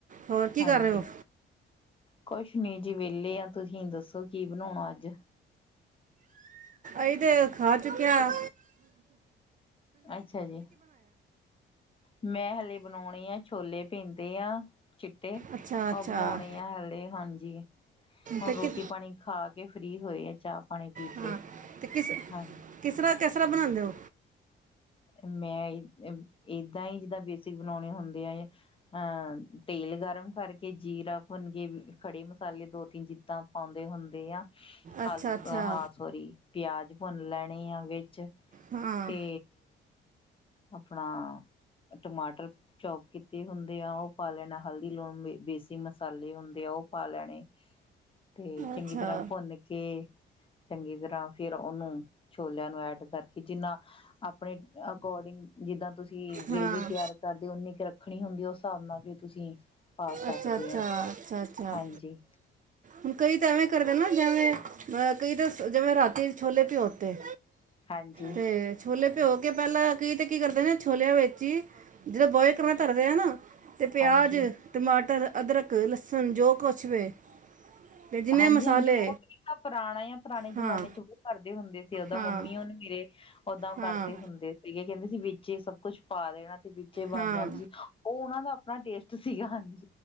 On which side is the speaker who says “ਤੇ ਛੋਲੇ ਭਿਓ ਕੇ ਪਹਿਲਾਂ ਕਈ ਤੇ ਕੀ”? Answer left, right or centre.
Right